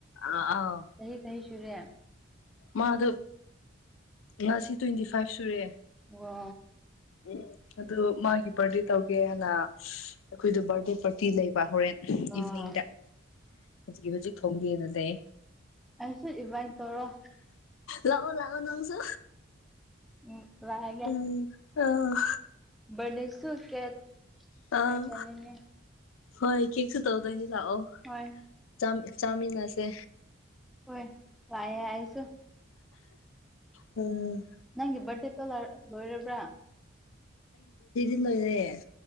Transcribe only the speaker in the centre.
ꯀꯩ ꯀꯩ ꯐꯨꯔꯦ
ꯑꯣ
ꯑꯣ
ꯑꯩꯁꯨ ꯏꯟꯕꯥꯥꯏꯠ ꯇꯧꯔꯣ
ꯎꯝ ꯂꯥꯛꯑꯒ‌ꯦ
ꯕꯔꯠꯗ‌ꯦ ꯁꯨ ꯀꯦꯠ
ꯍꯥꯏ ꯇꯅꯤꯅꯦ
ꯍꯣꯏ
ꯍꯣꯏ ꯂꯥꯛꯑꯦ ꯑꯩꯁꯨ
ꯅꯪꯒꯤ ꯕꯥꯔꯗꯦꯇ ꯂꯣꯏꯔꯕ꯭ꯔꯥ